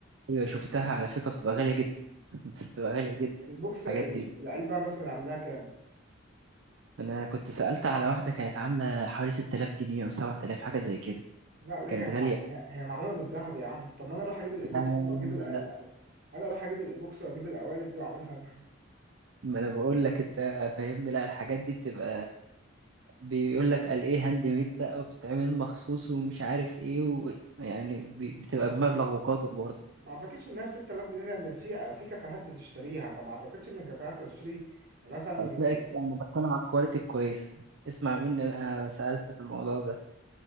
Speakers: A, on the right; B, on the right.
A: أيوة شفتها على فكرة بتبقى غالية جدا <laughs> بس بتبقى غالية جدا
B: البوكس
A: الحاجات
B: ال-
A: دي
B: العلبه مثلا يعمل لها كام
A: أنا كنت سألت على واحدة كانت عاملة حوالي 6000 جنيه أو 7000 حاجة زي كده
B: لا ليه
A: كانت
B: هي
A: غالية
B: مع- هي معموله من الذهب يا عم طب ما انا اروح اجيب الايبوكس
A: لا لا
B: انا واجيب ال- ال-
A: لا
B: انا اروح اجيب الايبوكس واجيب القوالب دي واعملها انا
A: ما انا بقول لك انت فاهمني لا الحاجات دي بتبقى بيقول لك قال ايه هاند ميد بقى وبتتعمل مخصوص ومش عارف ايه و... يعني بي- بتبقى
B: ما اعتقد
A: بمبلغ وقدر برضه
B: ما اعتقدش انها ب 6000 جنيه لان في في كافيهات بتشتريها فما اعتقدش ان الكافيهات تشتري مثلا
A: هتلاقي انا بتكلم على الكواليتي الكويسه اسمع مني انا سالت في الموضوع ده